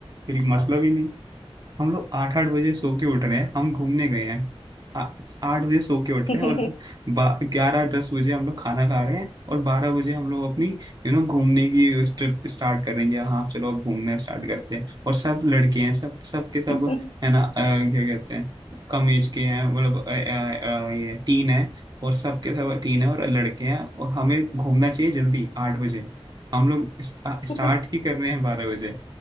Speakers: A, on the right; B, on the left.
A: मतलब ही नहीं हम लोग आठ आठ बजे सो के उठ रहे हैं हम घूमने गए हैं आ- आठ बजे सो के उठ
B: <laughs>
A: रहे हैं और ग्यारह दस बजे हम लोग खाना खा रहे हैं और बारह बजे हम लोग अपनी यू नो घूमने की ट्रिप स्टार्ट करेंगे हाँ चलो अब घूमना स्टार्ट करते हैं और सब लड़के हैं सब सब के सब
B: हम्म
A: है ना अ, क्या कहते हैं कम एज के हैं मतलब अ, अ, अ, ये टीन है और सब के सब टीन है और लड़के हैं और हमें घूमना चाहिए जल्दी आठ बजे हम लोग स्टार्ट
B: <laughs>
A: ही कर रहे हैं बारह बजे